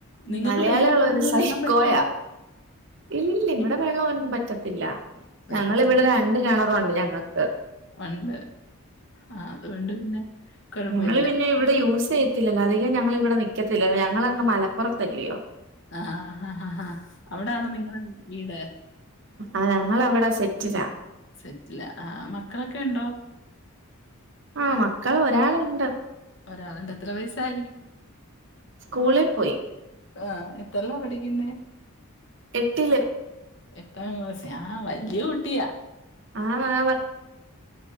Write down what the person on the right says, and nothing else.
മലയാളികൾ
ഒരു സൈക്കോയാ
ഇല്ല ഇല്ല ഇവിടെ
വെള്ളം ഒന്നും പറ്റത്തില്ല
ഞങ്ങക്കിവിടെ രണ്ട് കിണറുണ്ട് ഞങ്ങൾക്ക് ആഹ്
ഞങ്ങള് പിന്നെ ഇവിടെ യൂസ് ചെയ്യത്തില്ലല്ലോ അധികം ഞങ്ങൾ ഇവിടെ നിക്കത്തില്ലല്ലോ ഞങ്ങളങ്ങ് മലപ്പുറത്തല്ലയോ
അഹ് ഞങ്ങൾ അവിടാ സെറ്റിലാ
ആഹ മക്കൾ ഒരാളുണ്ട്
സ്കൂളിൽ പോയി
എട്ടില്
ആണ് ആണ്